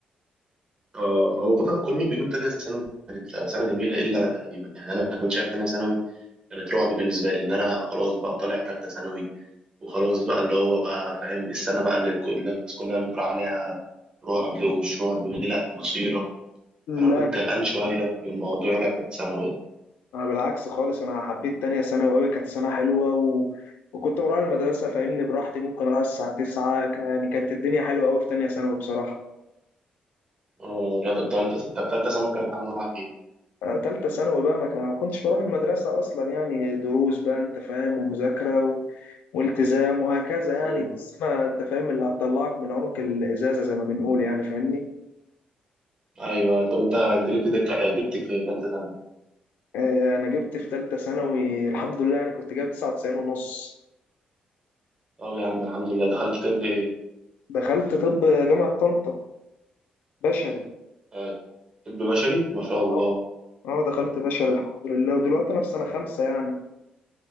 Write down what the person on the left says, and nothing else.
لا
انا بالعكس خالص انا حبيت تانية ثانوي قوي كانت سنه حلوه و... وكنت بروح المدرسه فاهمني براحتي ممكن اروح الساعه 9 ك- يعني كانت الدنيا حلوه قوي في تانية ثانوي بصراحه
انا تالتة ثانوي بقى ما ك- ما كنتش بروح المدرسه اصلا يعني دروس بقى انت فاهم ومذاكره و... والتزام وهكذا
يعني دي السنه انت فاهم اللي هتطلعك من عنق الازازه زي ما بنقول يعني فاهمني
آه، انا جبت في تالتة ثانوي الحمد لله يعني كنت جايب 99 ونص
دخلت طب جامعة طنطا بشري
آه، اه دخلت بشري الحمد لله ودلوقتي انا في سنة خمسة يعني